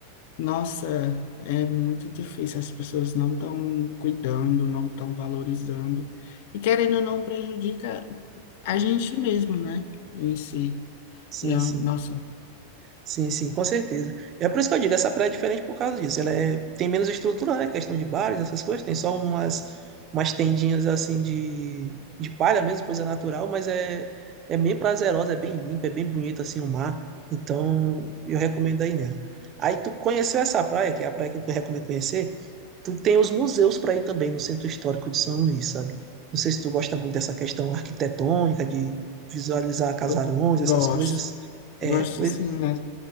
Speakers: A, on the left; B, on the right.
A: nossa, é muito difícil. As pessoas não estão cuidando, não estão valorizando. E querendo ou não, prejudica a gente mesmo, né? Em si.
B: Sim,
A: E, a-
B: sim.
A: nossa,
B: Sim, sim, com certeza. É por isso que eu digo, essa praia é diferente por causa disso. Ela é, tem menos estrutura, né? Questão de bares, essas coisas. Tem só umas, umas tendinhas assim de, de palha mesmo, coisa natural, mas é, é bem prazerosa, é bem limpa, é bem bonito assim o mar. Então, eu recomendo aí nela. Aí tu conheceu essa praia, que é a praia que eu recomendo conhecer, tu tem os museus para ir também no Centro Histórico de São Luís, sabe? Não sei se tu gosta muito dessa questão arquitetônica, de visualizar casarões,
A: eu gosto.
B: essas coisas. É,
A: Gosto
B: pois
A: sim, né?